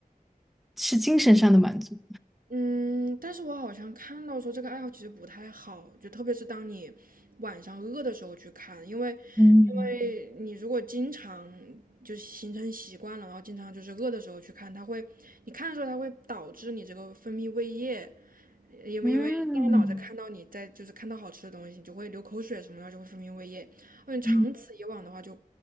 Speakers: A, in the centre; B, on the right.
A: 是精神上的满足。
B: 嗯，但是我好像看到说这个爱好其实不太好，就特别是当你晚上饿的时候去看，因为因为你如果经常
A: 嗯
B: 就形成习惯了，然后经常就是饿的时候去看，它会你看的时候它会导致你这个分泌胃液，因为因为大脑在看到你在就是看到好吃的东西，
A: 嗯
B: 你就会流口水什么的，就会分泌胃液。嗯，长此以往的话就，
A: 嗯，